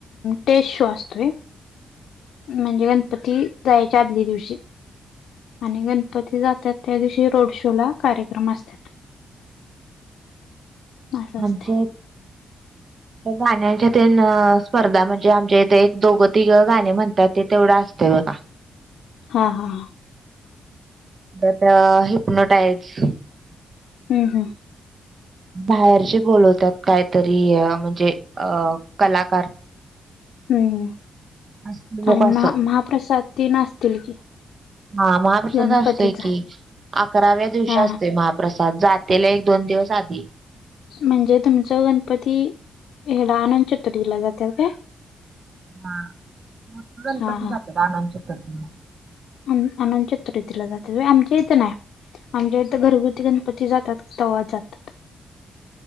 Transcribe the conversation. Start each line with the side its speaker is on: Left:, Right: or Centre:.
Left: टेज शो असतोय. म्हणजे गणपती जायाच्या आदल्या दिवशी आणि गण गणपती जातात त्या दिवशी रोड शो ला कार्यक्रम असतात. असं
Right: आमचे
Left: <inaudible>
Right: गाण्याच्या तेन स्पर्धा म्हणजे आमच्या इथे एक दोघ तिघ गाणे म्हण तात ते तेवढ असतय बघा.
Left: हां हां
Right: परत त्या हिपनोटाईझ.
Left: हम्म हम्म
Right: बाहेरची बोलवतात कायतरी म्हणजे कलाकार.
Left: हम्म
Right: हसमुख
Left: आणि
Right: असं
Left: महा महाप्रसाद तेन असतील की?
Right: हां महाप्रसाद
Left: गणपतीचा
Right: असतोय की अकराव्या दिवशी
Left: हा
Right: असतोय महा प्रसाद जातेल एक दोन दिवस आधी.
Left: म्हणजे तुमच गणपती हड आनंदचतुर्थीला जातात काय?
Right: हा मग गणपती
Left: हा
Right: जातात आनंद चतुर्थीला.
Left: अ अनंत चतुर्थीला जातात व्हय आमच्या इथे नाही. आमच्या इथे घरगुती गणपती जातात तवा जातात.